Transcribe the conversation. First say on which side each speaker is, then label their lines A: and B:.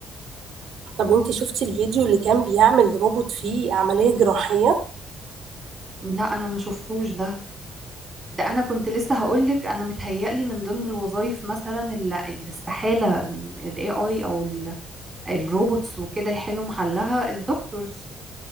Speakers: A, on the right; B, on the right.
A: طب انتي شفتي الفيديو اللي كان بيعمل روبوت فيه عملية جراحية
B: لا انا ما شفتوش ده ده انا كنت لسه هقولك انا متهيألي من ضمن الوظائف مثلا اللي اللي استحالة ال AI او ال- الروبوتس وكده يحلوا محلها الدكتورز